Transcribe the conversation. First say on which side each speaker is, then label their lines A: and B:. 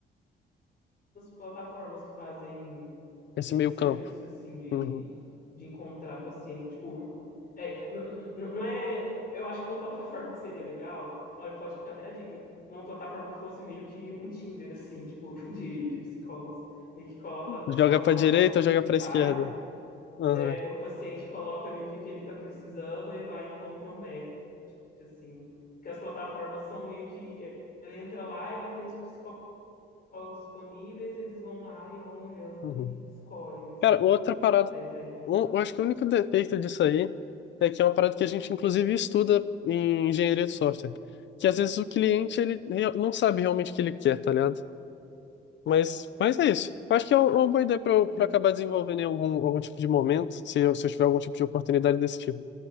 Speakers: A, on the left; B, on the left.
A: plataformas que fazem.
B: esse
A: esse
B: meio
A: serviço,
B: campo.
A: assim, de,
B: Uhum.
A: de encontrar paciente, tipo, é, não, não é, eu acho que uma plataforma que seria legal, olha, pode ficar até a dica, uma plataforma que fosse meio que um Tinder, assim, tipo, <laughs> de, de psicólogos. Meio que coloca, o
B: Joga
A: psicólogo
B: pra
A: coloca
B: direita
A: as coisas
B: ou joga
A: que ele
B: pra
A: faz,
B: esquerda?
A: o, pa-
B: Aham,
A: é, o paciente coloca ali o que, que ele tá precisando e vai e encontra o match, assim. Porque as plataformas são meio que, é, ele entra lá e vai ter uns psicólogos disponíveis, eles vão lá e vão olhando
B: uhum.
A: e escolhem, assim
B: Cara, outra parada.
A: para entrar em contato.
B: um- eu acho que o único defeito disso aí é que é uma parada que a gente, inclusive, estuda em engenharia de software. Que às vezes o cliente ele re- não sabe realmente o que ele quer, tá ligado? Mas, mas é isso. Eu acho que é uma boa ideia pra eu,
A: Sim,
B: pra eu acabar
A: sim.
B: desenvolvendo em algum, algum tipo de momento, se eu, se eu tiver algum tipo de oportunidade desse tipo.